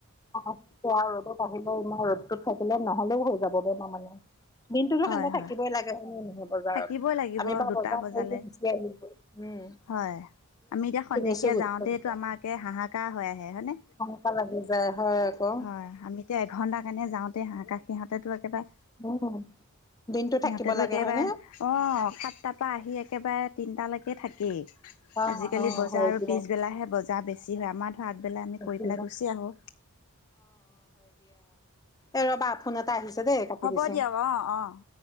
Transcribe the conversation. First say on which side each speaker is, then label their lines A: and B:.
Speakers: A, on the left; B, on the left.
A: <unintelligible> ৰ'দত আহিলে ইমান ৰ'দটোত থাকিলে নহলেও হৈ যাবগে তাৰমানে। দিনটো
B: হয়
A: ঠাণ্ডা থাকিবই
B: হয়
A: লাগে, হয় নে নহয়? বজাৰত,
B: থাকিবই লাগিব
A: আমি বাৰ
B: দুটা
A: বজাৰ <unintelligible>
B: বজালে
A: আহিলোগৈ, উম।
B: হয় আমি এতিয়া খন্তেকীয়া
A: কিনিছো গুচি
B: যাওঁতেই
A: আহিছো।
B: আমাৰে হাহাকাৰ হৈ আহে হয়নে?
A: এনেকুৱা লাগি যায় হয় আকৌ
B: হয়, আমি এতিয়া এঘন্টা কাৰণে যাওঁতে হাহাকাৰ সিহঁতেটো একেবাৰে
A: <unintelligible> দিনতটো
B: সিহঁতেতো
A: থাকিব লাগে
B: একেবাৰে
A: হয়নে?
B: অ', সাতটাৰ পৰা আহি একেবাৰে তিনিটালৈকে থাকেই।
A: অ
B: আজিকালি
A: অ
B: বজাৰ
A: হয়
B: আৰু
A: দিয়া
B: পিছবেলাহে, বজাৰ বেছি হয় আমাৰ আগবেলাই আমি
A: বেছি
B: কৰি পেলাই গুচি আহো।
A: এই ৰ'বা ফোন এটা আহিছে দেই কাটি
B: হ'ব
A: দিছো।
B: দিয়ক অ' অ'।